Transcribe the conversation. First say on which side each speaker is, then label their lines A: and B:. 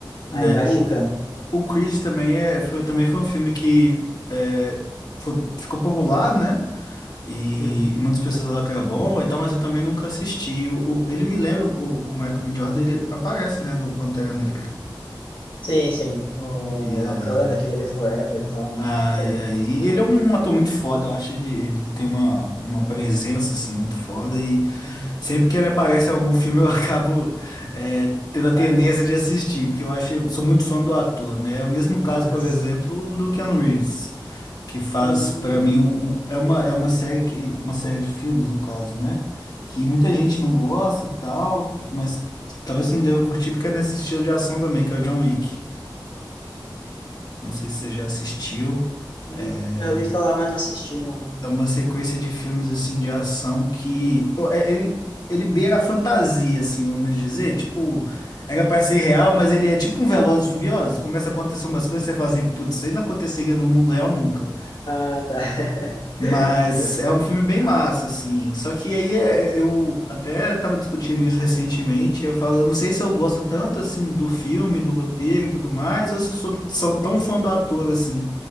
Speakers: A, on the left; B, on the left.
A: Né,
B: Aí vai
A: o,
B: ficando.
A: o Creed também, é, foi, também foi um filme que é, foi- ficou popular, né? E
B: Uhum.
A: muitas pessoas falaram que era bom e tal, mas eu também nunca assisti. O, o- ele me lembra, o, o Michael B. Jordan, ele aparece, né, no Pantera Negra.
B: Sim, sim. O
A: E aí
B: Wakanda, aquele Forever e tal, né?
A: Ai,
B: também.
A: ai.
B: Ah,
A: Ele é um ator muito foda, eu acho ele, ele tem uma, uma presença, assim, muito foda e
B: uhum.
A: sempre que ele aparece em algum filme eu <laughs> acabo é, tendo a tendência
B: Ah,
A: de assistir, porque eu acho, sou muito fã do ator, né? É o mesmo
B: mas.
A: caso, por exemplo, do Keanu Reeves, que faz,
B: Hum,
A: pra mim, um, um- é uma, é uma série que, uma série de filmes, no caso, né? Que muita gente não gosta e tal, mas talvez você não deva curtir porque é nesse estilo de ação também, que é o John Wick. Não sei se você já assistiu.
B: hum.
A: é,
B: Já ouvi falar, mas não assisti, não.
A: é uma sequência de filmes assim de ação que, pô, é- ele, ele beira a fantasia, assim, vamos dizer, tipo, era pra ser real, mas ele é tipo um Velozes e Furiosos, começa a acontecer umas coisas, você fala assim, putz, isso aí não aconteceria no mundo real nunca.
B: Ah, tá. <laughs>
A: Mas
B: É.
A: é um filme bem
B: Ah,
A: massa, assim. Só que aí é- é, eu até tava discutindo isso recentemente, eu falo, eu não sei se eu gosto tanto assim do filme, do roteiro e tudo mais, ou se eu sou, sou tão fã do ator assim.